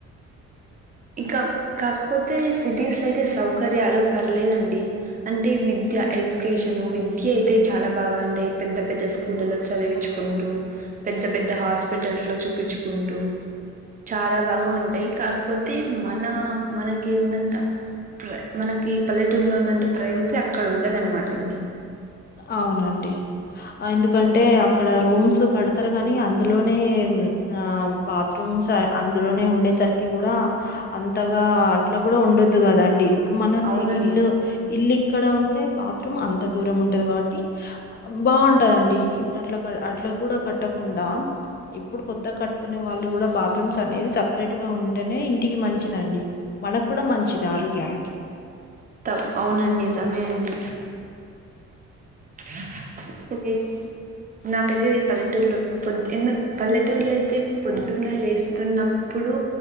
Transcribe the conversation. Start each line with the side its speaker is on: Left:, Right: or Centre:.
Right: ఇకా కాకపోతే ఈ సిటీస్ లో అయితే సౌకర్యాలు పర్లేదండి. అంటే విద్ విద్య ఎడ్యుకేషను విద్య అయితే చాలా బాగా అంటే పెద్ద పెద్ద స్కూళ్లలో చదివిచ్చుకుంటూ. పెద్ద పెద్ద హాస్పిటల్స్ లో చూపిచ్చుకుంటూ. చాలా బాగా ఉంటాయి కాక్ పోతే మనా మనకి ఉన్నంతా ప్ర మనకీ పల్లెటూరులో ఉన్నంత ప్రైవసీ అక్కడ ఉండదు అనమాట అండి.
Left: అవునండి ఆ ఎందుకంటే అక్కడా రూమ్స్ కడతరు గానీ అందులోనే ఆ బాత్రూమ్ రూమ్స్ ఆ అందులోనే ఉండే సరికి గూడా, అంతగా అట్ల గూడా ఉండొద్దు కదా అండి. ఇప్పుడు మనకి
Right: అవునండి
Left: ఇల్లు, ఇల్లు ఇక్కడ ఉంటే బాత్రూమ్ అంత దూరం ఉంట్ టది కాబట్టి బాగుంటదండి. ఇప్పుడు అట్ల క అట్లా కూడా కట్టకుండా ప్చ్ ఇప్ ఇప్పుడు కొత్తగ కట్టుకునే వాళ్ళు గూడా బాత్రూమ్స్ అనేది సపరేట్ గా ఉంటేనే ఇంటికి మంచిదండి. మనక్కూడా మంచిది ఆరోగ్యానికి.
Right: తప్ అవునండి నిజమే అండి. <unintelligible> నాకదే పల్లెటూరలో పొద్దు ఎందుక్ పల్లెటూర్లో అయితే పొద్దున్న లేస్తున్నపు ఇప్పుడూ